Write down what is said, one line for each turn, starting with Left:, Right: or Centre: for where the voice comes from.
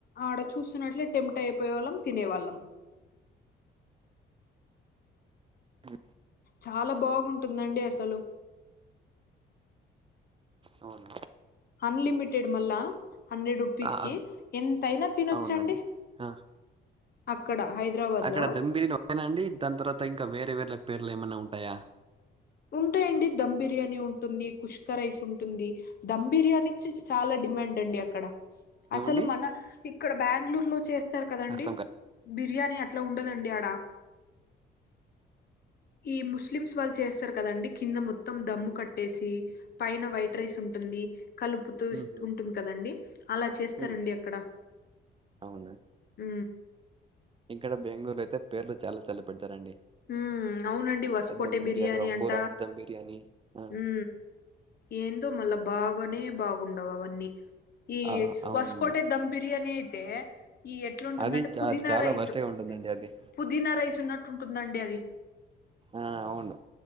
Left: ఆడ చూస్తున్నట్లే టెంప్ట్ అయిపోయే వాళ్ళం తినేవాళ్ళం
Right: అ
Left: చాలా బాగుంటుందండి అసలు.
Right: అవున.
Left: అన్లిమిటెడ్ మళ్ళా హండ్రెడ్ రూపీస్కి
Right: ఆ ఆ,
Left: ఎంతైనా తినొచ్చండి.
Right: అవునండి ఆ.
Left: అక్కడ హైదరాబాద్.
Right: అక్కడ
Left: లో
Right: దమ్ బిర్యాని ఒక్కటేనా అండి దాన్ తవాత ఇంకా వేరే వేరే పేర్లు ఏమైన్నా ఉంటాయా.
Left: ఉంటాయండి ధమ్ బిర్యానీ ఉంటుంది కుష్కా రైస్ ఉంటుంది. ధమ్ బిర్యానీ చిచ్ చాలా డిమాండ్ అండి అక్. ఇక్కడ
Right: ఏమండి
Left: అసలు మన ఇక్కడ బెంగళూరు లో చేస్తారు కదండి.
Right: అర్థం కాలే
Left: బిర్యానీ అట్లా ఉండదండి ఆడ. ఈ ముస్లిమ్స్ వాళ్ళు చేస్తారు కదండి కింద ము. దమ్ము కట్టేసి పైన వైట్ రైస్ ఉంటుంది కలుపు.
Right: హుహు
Left: ఉంటుంది కదండి అలా చేస్తారండి
Right: హ్మ్
Left: అక్కడ.
Right: అవునా
Left: ఉ.
Right: ఇక్కడ బెంగళూరులో అయితే పేర్లు చాలా చాలా పెడతారండి.
Left: ఊ అవునండి వసుకోటె
Right: ఆ దమ్ బిర్యాలో
Left: బిర్యానీ
Right: అంబూరా
Left: అంట
Right: హాట్ దమ్ బిర్యానీ ఆ
Left: ఊ. ఏందో మళ్ళా బాగోనే బాగుండవు అవన్నీ. ఈ
Right: ఆ అవునండి
Left: వస్కోటె దమ్ బిర్యాని అయితే ఈ ఎట్. ఎట్లాంటుందండి
Right: అది చా
Left: పుదీనా
Right: చాలా
Left: రైస్
Right: వరస్ట్‌గా ఉంటుందండి అది
Left: పుదీనా రైస్ ఉన్నట్టు ఉంటుందండి అది.
Right: ఆ అవును